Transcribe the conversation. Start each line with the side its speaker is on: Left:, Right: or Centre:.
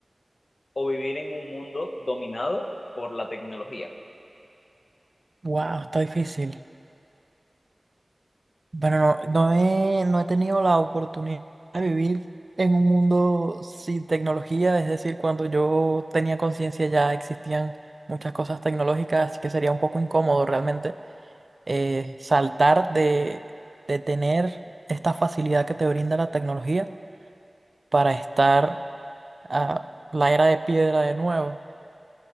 Left: o vivir en un mundo dominado por la tecnología.
Right: Wow, está difícil. Bueno, no, no he, no he tenido la oportunidad de vivir en un mundo sin tecnología, es decir, cuando yo tenía conciencia ya existían muchas cosas tecnológicas, así que sería un poco incómodo realmente eh, saltar de, de tener esta facilidad que te brinda la tecnología para estar a la era de piedra de nuevo.